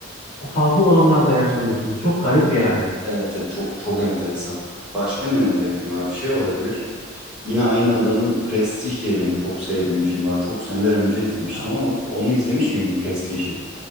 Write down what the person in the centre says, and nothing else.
Evet, evet çok çok enteresan. Başka ne önerebilirim abi? Şey olabilir. Yine aynı adamın Prestige diye benim çok sevdiğim bir film var. Çok seneler önce izlemiştim
ama onu izlemiş
miydin Prestige'i?